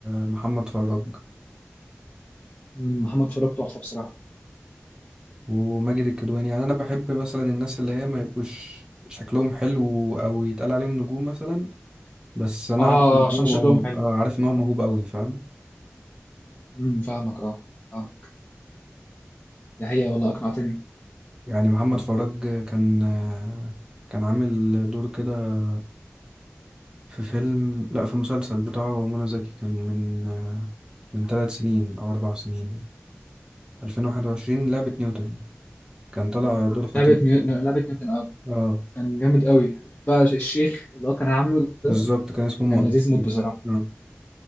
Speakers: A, on the right; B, on the left.
A: محمد فراج
B: مم، محمد فاروق تحفه بصراحه
A: وماجد الكدواني يعني انا بحب مثلا الناس اللي هي ما يبقوش شكلهم حلو او يتقال عليهم نجوم مثلا بس انا
B: اه
A: عارف ان
B: عشان
A: هو
B: شكلهم
A: مو-
B: حلو
A: آه، عارف ان هو موهوب قوي فاهم
B: امم فاهمك اه فاهمك دي حقيقه والله اقنعتني
A: يعني محمد فراج كان آه، كان عامل دور كده في فيلم لا في مسلسل بتاعه هو منى زكي كان من آه، من ثلاث سنين أو أربع سنين 2021 لعبة نيوتن كان طالع دور عارف. خطيب
B: لعبه نيو...
A: فيه.
B: لعبه نيوتن اه
A: اه
B: كان جامد قوي بقى الشيخ اللي هو كان عامله
A: بالظبط
B: ده
A: كان اسمه مؤنس
B: كان لذيذ موت
A: فيه
B: بصراحه
A: اه